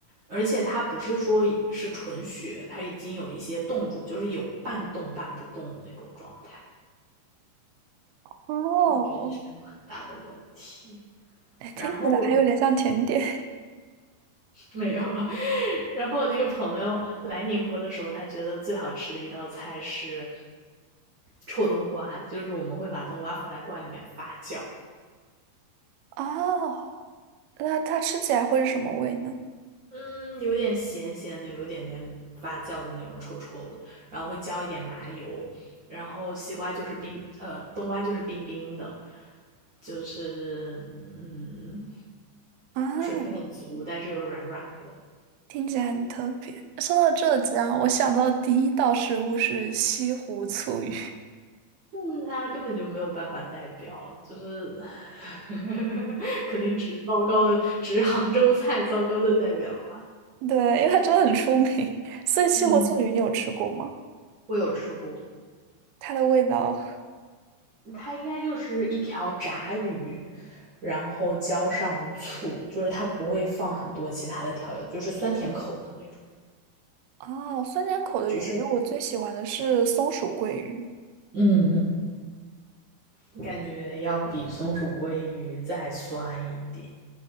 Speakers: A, on the right; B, on the right.
A: 而且它不是说已是纯血，它已经有一些冻住，就是有半冻半不动的那种状态，
B: 哦，
A: 我觉得没有很大的问题。
B: 哎，听起来还有点像甜点
A: 然后没有，<laughs> 然后我那个朋友来宁波的时候，他觉得最好吃的一道菜是臭冬瓜，就是我们会把冬瓜放在罐里面发酵，
B: 哦 <laughs>。那它吃起来会是什么味呢？
A: 嗯，有点咸咸的，有一点点发酵的那种臭臭的，然后会浇一点麻油，然后西瓜就是冰，呃，冬瓜就是冰冰的，就是嗯，
B: 啊，
A: 水分很足，但是又软软的。
B: 听起来很特别。说到浙江，我想到第一道食物是西湖醋鱼。
A: 但它根本就没有办法代表，就是 <laughs> 可能只是糟糕的，只是杭州菜糟糕的代表吧。
B: 对，因为它真的很出名，<laughs> 所以西湖庆鱼你有吃过吗？
A: 嗯，我有吃过，
B: 它的味道
A: 它应该就是一条炸鱼，然后浇上醋，就是它不会放很多其他的调料，就是酸甜口的那种，
B: 哦，酸甜口的鱼，
A: 就是
B: 我最喜欢的是松鼠桂鱼
A: 嗯嗯，感觉要比松鼠鲑鱼再酸一点，